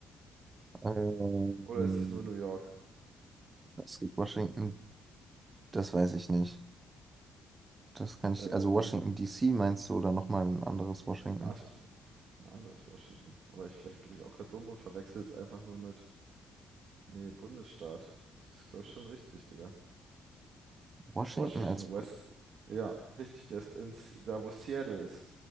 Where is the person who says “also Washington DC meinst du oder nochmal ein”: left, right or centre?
Right